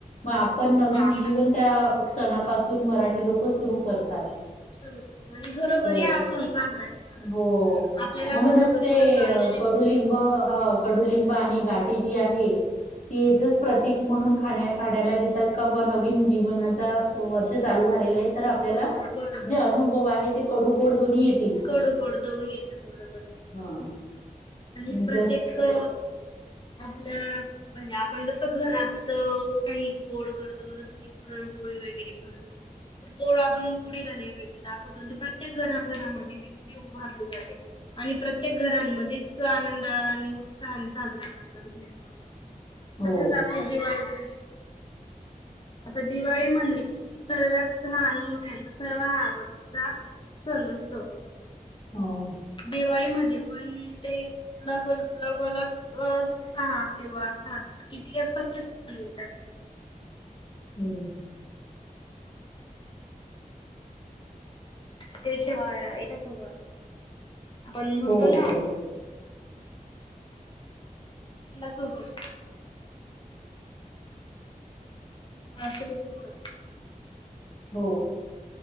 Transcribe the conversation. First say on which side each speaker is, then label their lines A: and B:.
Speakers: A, on the left; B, on the left.
A: मग आपण नवीन
B: अगदी
A: जीवन त्या सणापासून मराठी लोक सुरू करतात.
B: सरू आणि घरोघरी
A: हो
B: अस सण साजरा केला
A: हो.
B: जातो आपल्याला
A: म्हणूनच
B: घरोघरी
A: ते
B: सकाळी
A: कडुलिंब ह कडुलिंब आणि गाठी जी आहे. तीचच प्रतीक म्हणून खा खाण्याला देतात का बा नवीन जीवनाचा वर्षा जे चालू झालेलं आहे तर आपल्याला
B: हो बरोबर
A: जे अनुभव आहे कडू गोड दोन्ही येतील.
B: कडू कडू दोघे येतात बरोबर.
A: हा
B: आणि
A: म्हणजे
B: प्रत्येक
A: अश
B: अ आपल्या म्हणजे आपण जसं घरात अ काही गोड करतो जस की पुरणपोळी वगैरे करतो. ते गोड आपण गुढीला नैवदय दाखवतो अनं प्रत्येक घरा घरामध्ये ती गुढी उभारली जाते. आणि प्रत्येक घरांमध्येच आनंद आणि उत्साहाने साजरा करतात गुढीपाडवा.
A: हो
B: तसेच आपली दिवाळी पण. आता दिवाळी म्हणली की सर्वच लहान मोठ्यांचा सर्व आवडतीचा- सण असतो.
A: हो
B: दिवाळीमध्ये पण ते लग लगोलग सहा किंवा सात किती असतात ते सन येतात.
A: हम्म.
B: ते शिवाय एकासोबत आपण म्हणतो
A: हो
B: ना.
A: बरोबर आहे.
B: किल्या सोबत. वासरू सोबत.
A: हो